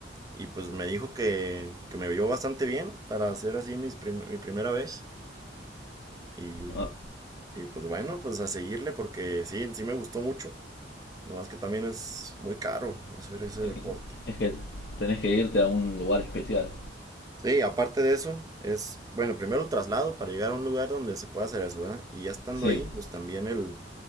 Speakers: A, on the right; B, on the left.
A: Y pues me dijo que, que me vio bastante bien para hacer así mis prim- mi primera vez. Y,
B: Ah,
A: y pues bueno, pues a seguirle porque sí, sí me gustó mucho. Nomás que también es muy caro hacer ese
B: es
A: deporte.
B: que es que tenés que irte a un lugar especial.
A: Sí, aparte de eso, es, bueno, primero el traslado para llegar a un lugar donde se pueda hacer eso, ¿verdad? Y ya estando
B: Sí.
A: ahí, pues también el,